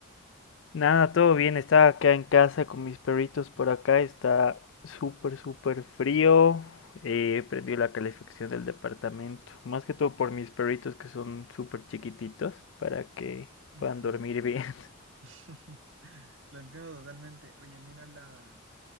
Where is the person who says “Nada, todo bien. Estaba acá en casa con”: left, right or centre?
Left